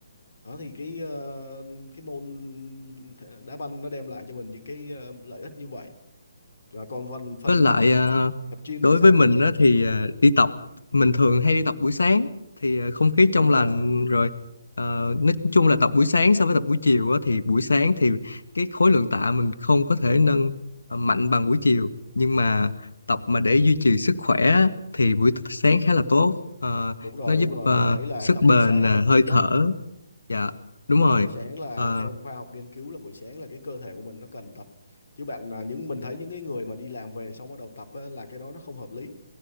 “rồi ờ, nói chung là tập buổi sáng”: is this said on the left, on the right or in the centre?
Left